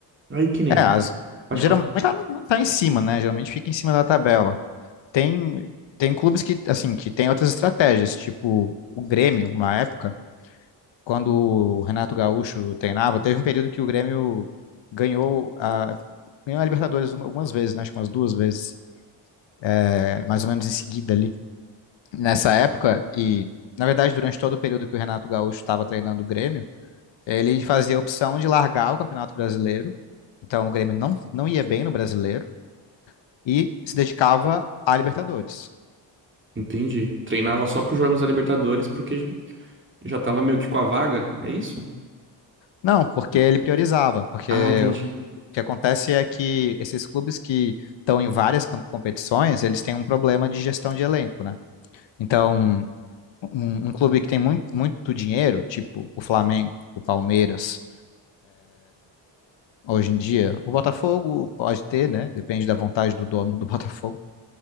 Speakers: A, on the right; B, on the left.
A: Aí que nem.
B: É, as-
A: Pode
B: geralmente
A: falar.
B: tá, tá em cima, né? Geralmente fica em cima da tabela. Tem, tem clubes que, assim, que tem outras estratégias, tipo o Grêmio, uma época, quando o Renato Gaúcho treinava, teve um período que o Grêmio ganhou a, ganhou a Libertadores uma- algumas vezes, né? Acho que umas duas vezes, é, mais ou menos em seguida ali. Nessa época, e na verdade, durante todo o período que o Renato Gaúcho estava treinando o Grêmio, ele fazia a opção de largar o Campeonato Brasileiro. Então o Grêmio não, não ia bem no Brasileiro e se dedicava à Libertadores.
A: Entendi. Treinava só pros jogos da Libertadores porque já tava meio que com a vaga, é isso?
B: Não, porque ele priorizava, porque
A: Ah, entendi.
B: O que acontece é que esses clubes que estão em várias cam- competições, eles têm um problema de gestão de elenco, né? Então, um, um clube que tem muito, muito dinheiro, tipo o Flamengo, o Palmeiras, hoje em dia, o Botafogo pode ter, né? Depende da vontade do dono do <laughs> Botafogo.